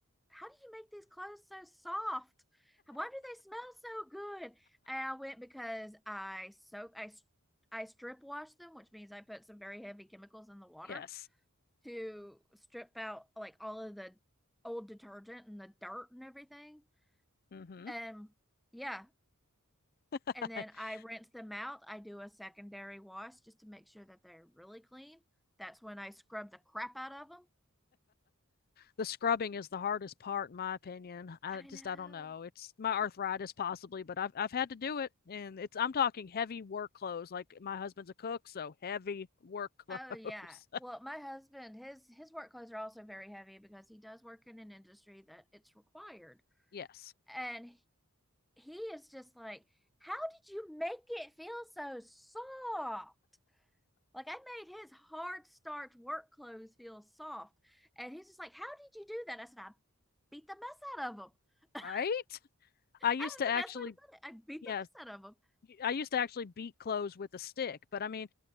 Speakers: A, in the centre; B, on the left.
A: "How do you make these clothes so soft? Why do they smell so good?" And I went because I soak, I I strip wash them, which means I put some very heavy chemicals in the water
B: Yes.
A: to strip out like all of the old detergent and the dirt and everything.
B: Mhm.
A: And yeah,
B: <laughs>
A: and then I rinse them out. I do a secondary wash just to make sure that they're really clean. That's when I scrub the crap out of them.
B: the scrubbing is the hardest part in my opinion i
A: I
B: just
A: know.
B: i don't know it's my arthritis possibly but i've, I've had to do it and it's i'm talking heavy work clothes like my husband's a cook so heavy work clothes
A: Oh yeah. Well, my husband, his his work clothes are also very heavy because he does work in an industry that it's required.
B: <laughs> yes
A: And he- is just like, "How did you make it feel so soft?" Like I made his hard starch work clothes feel soft. And he's just like, "How did you do that?" I said, "I beat the mess out of them."
B: right
A: <laughs>
B: i used
A: That is
B: to
A: the
B: actually
A: best way to put it. I beat
B: yes
A: the
B: i used to actually beat clothes with a stick but i mean